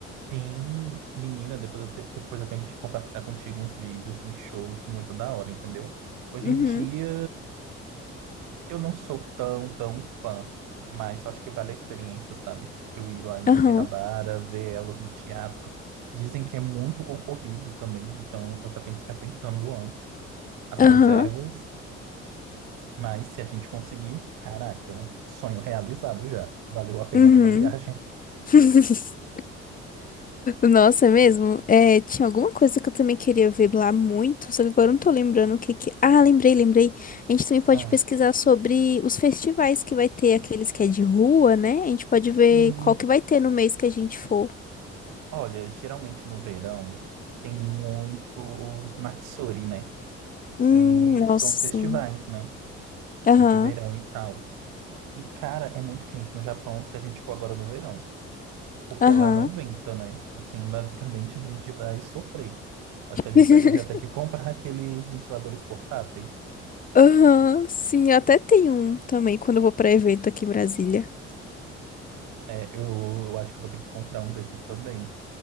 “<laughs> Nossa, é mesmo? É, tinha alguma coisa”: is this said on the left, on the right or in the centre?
Left